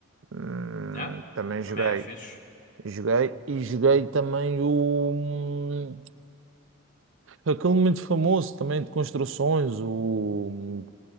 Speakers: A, on the right; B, on the left.
A: Hum,
B: É,
A: também
B: também
A: joguei.
B: é fixe.
A: Joguei e joguei também o. hum, Aquele muito famoso também de construções, o. hum,